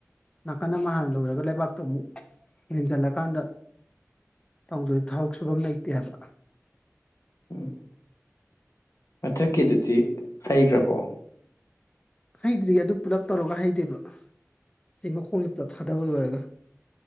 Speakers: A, on the left; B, on the left.
A: -ꯅꯥꯀꯟ ꯑꯃ ꯍꯥꯟꯅ ꯂꯣꯏꯔꯒ ꯂꯩꯕꯥꯛꯇꯨ ꯑꯃꯨꯛ ꯃꯦꯟꯖꯜꯂꯀꯥꯟꯗ ꯇꯧꯗ꯭ꯔꯗꯤ ꯊꯕꯛ ꯁꯨꯐꯝ ꯂꯩꯇꯦ ꯍꯥꯏꯕ
B: ꯎꯝ ꯃꯊꯛꯀꯤꯗꯨꯗꯤ ꯍꯩꯈ꯭ꯔꯕꯣ
A: ꯍꯩꯗ꯭ꯔꯤ ꯑꯗꯨ ꯄꯨꯂꯞ ꯇꯧꯔꯒ ꯍꯩꯗꯣꯏꯕ ꯁꯤ ꯃꯈꯣꯡꯪꯁꯤ ꯄꯨꯂꯞ ꯊꯥꯗꯕ ꯂꯣꯏꯔꯒ